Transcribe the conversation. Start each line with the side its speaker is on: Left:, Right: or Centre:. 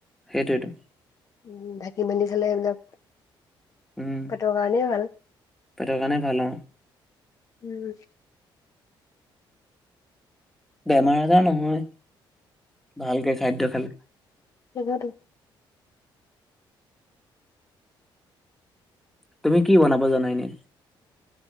Centre: সেইটোৱেটো।
Left: উম ঢাকি মেলি খালে এইবিলাক।
Centre: উম
Left: পেটৰ কাৰনেই ভাল।
Centre: পেটৰ কাৰণে ভাল অ।
Left: উম।
Centre: বেমাৰ আজাৰ নহয় ভালকে খাদ্য খালে।
Left: তাকেটো।
Centre: তুমি কি বনাব জানা এনে।